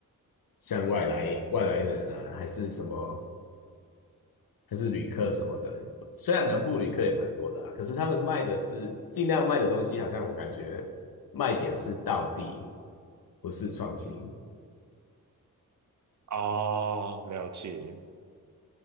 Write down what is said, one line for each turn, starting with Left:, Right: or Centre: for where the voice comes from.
Left: 像外来外来人啊，还是什么还是旅客什么的。虽然南部旅客也蛮多的啊，可是他们卖的是尽量卖的东西，好像我感觉卖点是道地，不是创新。
Right: 哦，了解。